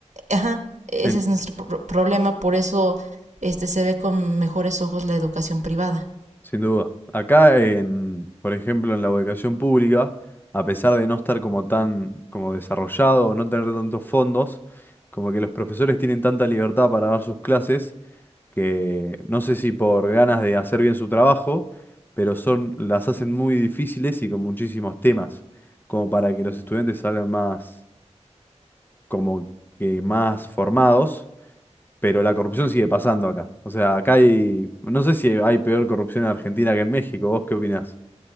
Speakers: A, on the right; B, on the left.
A: ajá, ese
B: en-
A: es nuestro pro- problema. Por eso, este, se ve con mejores ojos la educación privada.
B: sin duda. Acá, en, por ejemplo, en la educación pública, a pesar de no estar como tan como desarrollado, no tener tantos fondos, como que los profesores tienen tanta libertad para dar sus clases que no sé si por ganas de hacer bien su trabajo, pero son, las hacen muy difíciles y con muchísimos temas, como para que los estudiantes salgan más, como que más formados, pero la corrupción sigue pasando acá. O sea, acá hay, no sé si hay peor corrupción en Argentina que en México, ¿vos qué opinás?